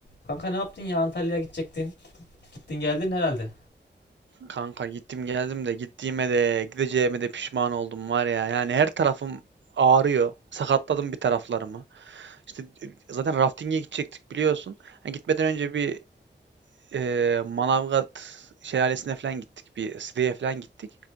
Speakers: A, on the left; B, on the right.
A: Kanka ne yaptın ya Antalya'ya gidecektin. Gittin geldin herhalde.
B: Kanka gittim geldim de gittiğime de gideceğime de pişman oldum var ya. Yani her tarafım ağrıyor. Sakatladım bir taraflarımı. İşte e, zaten rafting'e gidecektik biliyorsun. Yani gitmeden önce bir e, Manavgat şelalesine falan gittik. Bir Side'ye falan gittik.